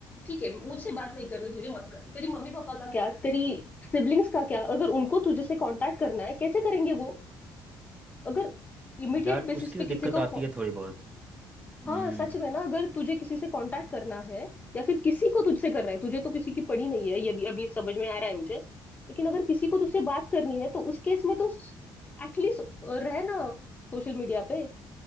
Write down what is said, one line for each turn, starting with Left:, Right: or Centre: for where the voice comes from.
Left: ठीक है मुझसे बात नहीं करनी तुझे मत कर तेरी मम्मी पापा का क्या तेरी सिबलिंग्स का क्या अगर उनको तुझे से कांटेक्ट करना है कैसे करेंगे वो अगर इमीडिएट
Right: यार
Left: बेसिस
Right: उसकी
Left: पे
Right: तो दिक्कत
Left: किसी को
Right: आती है थोड़ी बहुत हम्म
Left: हाँ सच में ना अगर तुझे किसी से कांटेक्ट करना है या फिर किसी को तुझसे कर रहा है तुझे तो किसी की पड़ी नहीं है ये भी अभी समझ में आ रहा है मुझे लेकिन अगर किसी को तुझसे बात करनी है तो उस केस में तो एटलीस्ट रहे ना सोशल मीडिया पे